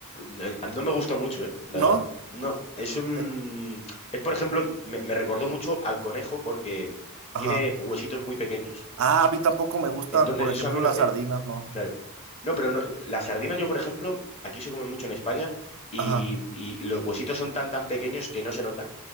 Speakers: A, on the left; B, on the right.
A: no, no me gustó mucho, eh, la
B: ¿No?
A: verdad. No, es un...
B: Eh,
A: Es, por ejemplo, me me recordó mucho al conejo porque tiene
B: ajá.
A: huesitos muy pequeños.
B: Ah, a mí tampoco me gustan,
A: Entonces,
B: por
A: eso
B: ejemplo,
A: a mí no-
B: las sardinas, ¿no?
A: Claro. No, pero no, la sardina yo, por ejemplo, aquí se come mucho en España y,
B: Ajá.
A: y los huesitos son tan tan pequeños que no se notan.